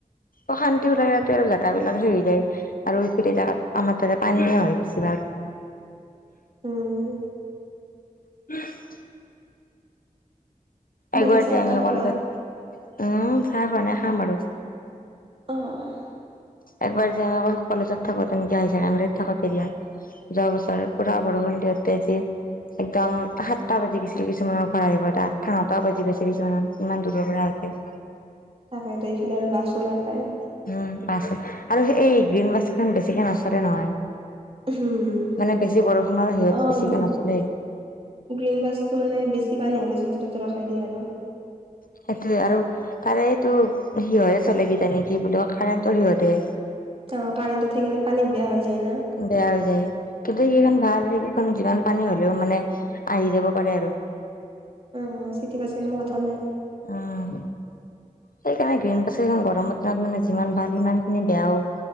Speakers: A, on the left; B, on the right.
A: অশান্তি ওলাই যাওঁতে জেগাবিলাক হেৰি যায় আৰু সেইফালে জেগাত আমাৰ তাতে পানীয়েই হয় বেছিভাগ
B: উম,
A: <inaudible>
B: বাকী
A: একবাৰ
B: চাহ
A: যে আমি
B: তাহ খালা?
A: অকলে তাত উম, চাহ খোৱা নাই খাম আৰু
B: অ', অ'
A: একবাৰ যে আমি কলেজত থাকো তে নেকি হায়াৰ ছেকেণ্ডেৰীত থাকো তেতিয়া যোৱা বছৰ পুৰা বৰষূণ দিওঁতে যে একদম সাতটা বাজি গৈছিলে কিছুমানৰ ঘৰ আহিব এটা আঠটা নটা বাজি গৈছে কিছুমানত ইমান দূৰৰ <unintelligible>
B: তাকেটো এইফালে আৰু বাছো নাপাই।
A: উম, বাছ আৰু সেই এই গ্ৰীণ বাছখন বেছিকে নচলে নহয়
B: হুম।
A: মানে বেছি বৰষুণৰ সিহঁত
B: অ'
A: বেছিকে
B: গ্ৰী
A: নচলেই
B: গ্ৰীণ বাছটো মানে বেছি পানী নহ'লে য'তে ত'তে ৰখাই দিয়ে আৰু
A: সেইটোৱে আৰু তাৰেটো সিহঁতে চলে কিজানি কি বুলি কয় কাৰেণ্টৰ সিহঁতে
B: অ', কাৰেণ্ট থাকে কাৰণে পানীত বেয়া হৈ যায় ন?
A: বেয়া হৈ যায়, কিন্তু সেইখন ভাল এইখন যিমান পানী হ'লেও মানে আহি যাব পাৰে আৰু।
B: উম, চিটিবছ কেখনো কথা নাই।
A: উম, সেইকাৰণে গ্ৰীণ বাছখন গৰমৰ দিনত মানে যিমান ভাল সিমান খিনি বেয়াও।